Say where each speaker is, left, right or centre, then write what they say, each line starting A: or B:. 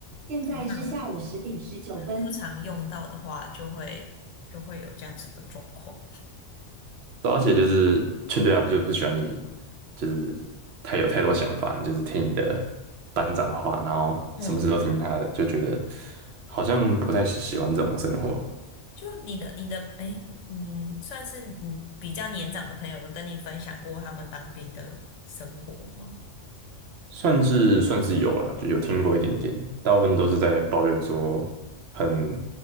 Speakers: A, on the right; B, on the left.
A: 现在是下午十点十九分。
B: 头脑不常用到的话，就会就会有这样子的状况。
A: 对而且就是劝队他不就不喜欢你，就是太有太多想法，你就是听你的班长的话，然后什么事都听他的，
B: 嗯，
A: 就觉得好像不太喜喜欢这种生活。
B: 就你的你的，诶，嗯，算是你比较年长的朋友有跟你分享过他们当兵的生活吗？
A: 算是算是有啦，就有听过一点点，大部分都是在抱怨说很